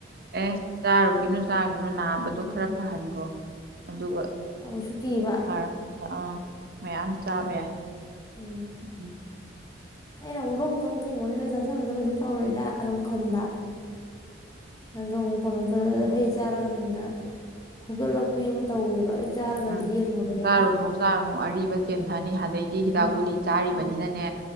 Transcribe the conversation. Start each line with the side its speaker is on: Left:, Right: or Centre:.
Right: ꯑꯦ ꯆꯥꯔꯨꯒꯤꯅꯨ ꯆꯥꯒꯤꯅꯨ ꯅꯥꯕꯗꯣ
Left: ꯎꯝ
Right: ꯈꯔ ꯐꯍꯟꯈꯣ ꯑꯗꯨꯒ
Left: ꯑꯃꯨꯛꯁꯨ ꯀꯤꯕ
Right: ꯍꯥꯔꯗ ꯃꯌꯥꯝ ꯆꯥꯕ ꯌꯥꯏ
Left: ꯎꯝ
Right: ꯎꯝ
Left: ꯑꯩꯅ <unintelligible> ꯊꯨꯡꯕꯅꯤꯅ ꯆꯥꯁꯟꯕꯗ ꯀꯩꯁꯨ ꯇꯧꯔꯣꯏꯗꯅ ꯑꯃꯨꯛ ꯈꯟꯕ ꯑꯗꯨ ꯑꯃꯨꯛ ꯀꯩꯅꯣ ꯇꯧ ꯍꯩ ꯆꯥꯔꯒꯅ ꯍꯦꯟꯅ ꯍꯧꯒꯠꯂꯛꯄꯤ ꯑꯃ ꯇꯧꯋꯦꯕ ꯑꯩ ꯆꯥꯔꯒꯗꯤ
Right: ꯎꯝ
Left: ꯌꯦꯡꯉꯕꯅꯦꯕ
Right: ꯆꯥꯔꯨꯅꯨ ꯆꯥꯔꯨꯅꯨ ꯑꯔꯤꯕ ꯆꯦꯟꯊꯅꯤ ꯑꯗꯩ ꯗꯤ ꯍꯤꯗꯥꯛ ꯒꯨꯂꯤ ꯆꯥꯔꯤꯕꯅꯤꯅꯅꯦ